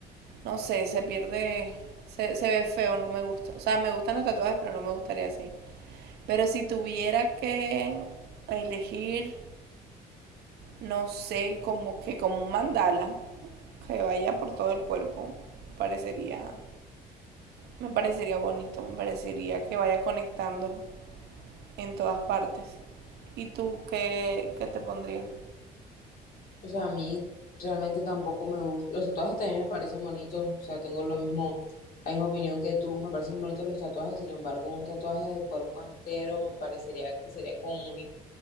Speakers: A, on the right; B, on the left.
A: no sé, se pierde, se, se ve feo, no me gusta. O sea, me gustan los tatuajes, pero no me gustaría así. Pero si tuviera que elegir, no sé, como que como un mandala que vaya por todo el cuerpo, me parecería, me parecería bonito, me parecería que vaya conectando en todas partes. ¿Y tú qué, qué te pondrías?
B: O sea, a mí realmente tampoco me gusta. Los tatuajes también me parecen bonitos, o sea, tengo lo mismo, la misma opinión que tú, me parecen bonitos los tatuajes, sin embargo, un tatuaje de cuerpo entero me parecería que sería como muy,